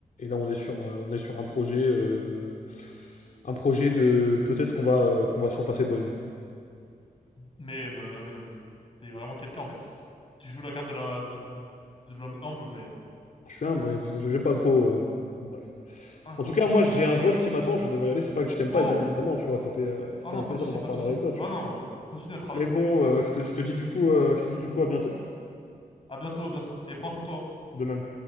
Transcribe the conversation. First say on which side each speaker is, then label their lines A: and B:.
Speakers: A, on the left; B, on the left.
A: et là, on est sur, euh, on est sur un projet. euh, Un projet de peut-être qu'on va, euh, qu'on va surpasser Boeing.
B: Mais, mais, mais non, mais t'es vraiment quelqu'un en fait. Tu joues la carte de la de, de, de l'homme humble, mais
A: Ah, Je suis humble, oui, parce que je n'aime pas trop. euh, bon, bref.
B: c'est incroyable
A: En tout cas, moi,
B: ce que tu
A: j'ai
B: racontes.
A: un vol qui m'attend, je vais devoir y aller. C'est pas que je t'aime
B: Oh!
A: pas, et bien évidemment, tu vois. C'était euh, c'était
B: Ah non,
A: un
B: pas
A: plaisir
B: de souci,
A: d'avoir
B: pas
A: parlé
B: de souci.
A: avec toi, tu
B: Bah
A: vois.
B: non, euh, continue à travailler,
A: Mais
B: hein,
A: bon,
B: pas de
A: euh,
B: souci.
A: je te, je te dis du coup, euh, je te dis du coup à bientôt.
B: À bientôt, à bientôt. Et prends soin de toi. hein.
A: De même.